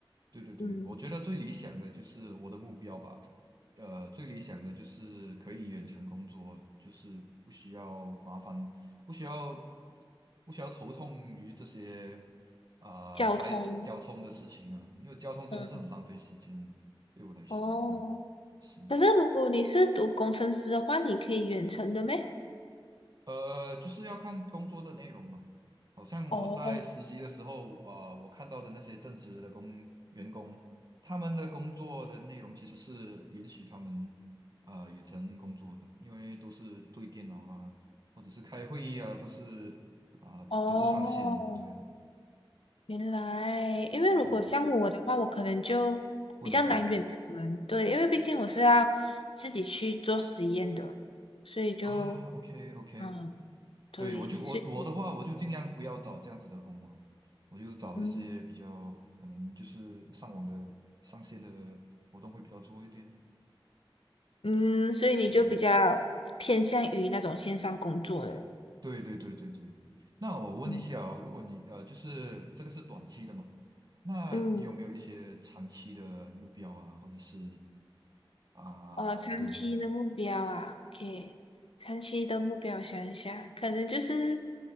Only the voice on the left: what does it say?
嗯，
交通，
嗯，
哦，
可是如果你是读工程师的话，你可以远程的咩？
哦
哦，
原来，因为如果像我的话，
我可能就比较难远程，
对，因为毕竟我是要自己去做实验的，所以就。
嗯。对，
所以
嗯
嗯，所以你就比较偏向于那种线上工作的。
嗯
嗯，
我长期的目标啊，OK，
长期的目标我想一下，可能就是